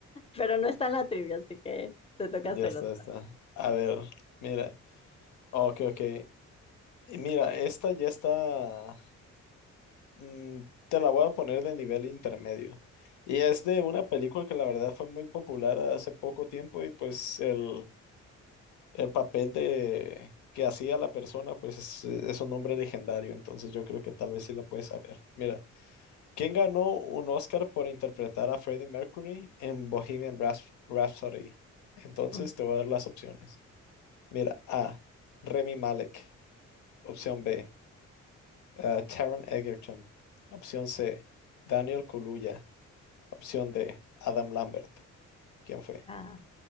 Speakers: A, on the left; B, on the left.
A: Pero no está en la trivia, así que te toca hacer
B: Ya está,
A: otra.
B: ya está. A ver, mira. oh, Ok, ok. Y Mira, esta ya está. mm, te la voy a poner de nivel intermedio. Y es de una película que la verdad fue muy popular hace poco tiempo y pues el el papel de que hacía la persona, pues es, es un hombre legendario, entonces yo creo que tal vez sí la puedes saber. Mira, ¿quién ganó un Oscar por interpretar a Freddie Mercury en Bohemian Raps- Rhapsody? Entonces
A: Mm.
B: te voy a dar las opciones. Mira, A, Remy Malek, opción B, eh, Taron Egerton, opción C, Daniel Kaluuya, opción D, Adam Lambert. ¿Quién fue?
A: Ah,